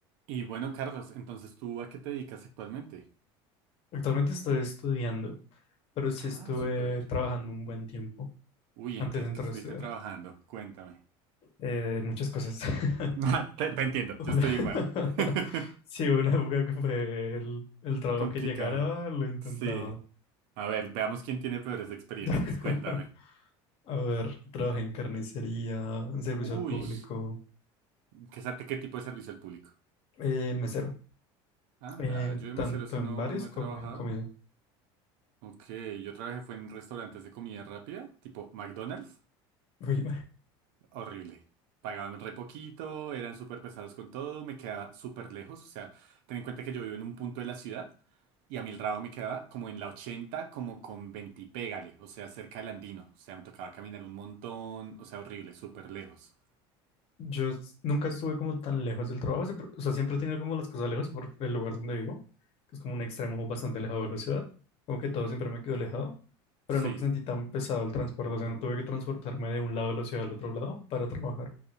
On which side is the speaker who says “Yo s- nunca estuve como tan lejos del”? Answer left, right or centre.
Left